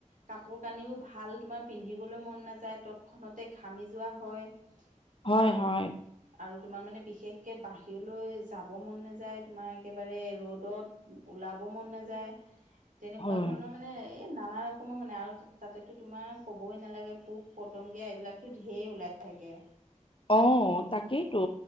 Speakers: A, on the right; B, on the left.
A: কাম পানীও ভাল তোমাৰ পিন্ধিবলৈ মন নাযায় তৎক্ষণতে ঘামি যোৱা হয়।
B: হয়
A: আৰু
B: হয়
A: আৰু তোমাৰ মানে বিশেষকে বাহিৰলৈ যাব মন নাযায় তোমাৰ একেবাৰে ৰ'দত ওলাব মন নাযায় তেনেকুৱা
B: হয়
A: ধৰণৰ মানে এই নানা ৰকমৰ মানে আৰু তাতেতো তোমাৰ ক'বই নালাগে পোক পতংগীয়া এইবিলাকতো ঢেৰ ওলাই থাকে।
B: অ তাকেইতো